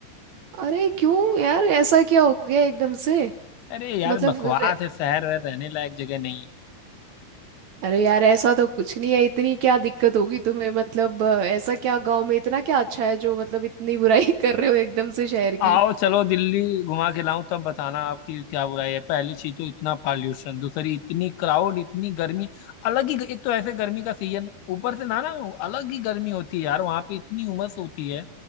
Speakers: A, on the right; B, on the left.
A: अरे क्यों यार ऐसा क्या हो गया एकदम से
B: अरे यार
A: मतलब
B: बकवास
A: अ,
B: है शहर वहर रहने लायक जगह नहीं है
A: अरे यार ऐसा तो कुछ नहीं है इतनी क्या दिक्कत होगी तुम्हें मतलब अ, ऐसा क्या गांव में इतना क्या अच्छा है जो मतलब इतनी बुराई <laughs> कर रहे हो एकदम से शहर
B: आओ
A: की
B: चलो दिल्ली घुमा के लाऊं तब बताना आपकी क्या बुराई है पहली चीज तो इतना पॉल्यूशन दूसरी इतनी क्राउड इतनी गर्मी अलग ही एक तो ऐसे गर्मी का सीजन ऊपर से ना ना अलग ही गर्मी होती है यार वहां पे इतनी उमस होती है